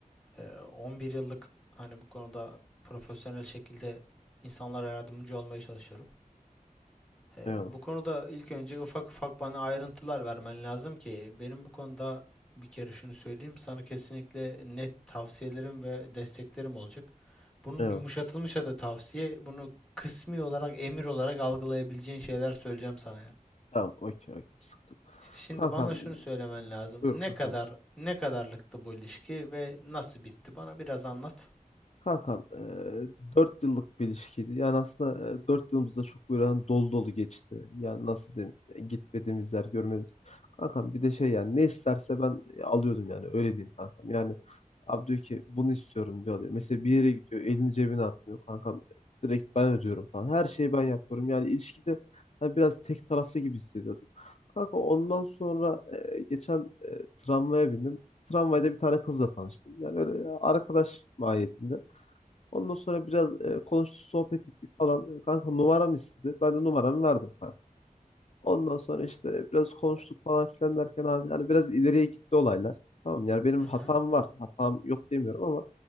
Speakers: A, in the centre; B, on the left (about 50°).
A: E, 11 yıllık hani bu konuda profesyonel şekilde insanlara yardımcı olmaya çalışıyorum. E,
B: Eyvallah.
A: bu konuda ilk önce ufak ufak bana ayrıntılar vermen lazım ki benim bu konuda bir kere şunu söyleyeyim. Sana kesinlikle net tavsiyelerim ve desteklerim olacak. Bunun
B: Eyvallah.
A: yumuşatılmış adı tavsiye. Bunu kısmi olarak emir olarak algılayabileceğin şeyler söyleyeceğim sana yani.
B: Tamam okey okey sıktım.
A: Şimdi
B: Kankam
A: bana şunu söylemen lazım.
B: buyur
A: Ne
B: kankam.
A: kadar ne kadarlıktı bu ilişki ve nasıl bitti? Bana biraz anlat.
B: Kankam 4 yıllık bir ilişkiydi. Yani aslında e, 4 yılımız da çok böyle hani dolu dolu geçti. Yani nasıl diyeyim e, gitmediğimiz yer görmediğimiz. Kankam bir de şey yani ne isterse ben e, alıyordum yani öyle diyeyim kankam. Yani abi diyor ki bunu istiyorum diyor alıyor. Mesela bir yere gidiyor elini cebine atmıyor kankam. Direkt ben ödüyorum falan. Her şeyi ben yapıyorum. Yani ilişkide hani biraz tek taraflı gibi hissediyordum. Kanka ondan sonra e, geçen e, tramvaya bindim. Tramvayda bir tane kızla tanıştım. Yani öyle arkadaş mahiyetinde. Ondan sonra biraz e, konuştuk, sohbet ettik falan. E, Kanka numaramı istedi. Ben de numaramı verdim kanka. Ondan sonra işte biraz konuştuk falan filan derken abi yani biraz ileriye gitti olaylar. Tamam yani benim
A: Hı hı.
B: hatam var. Hatam yok demiyorum ama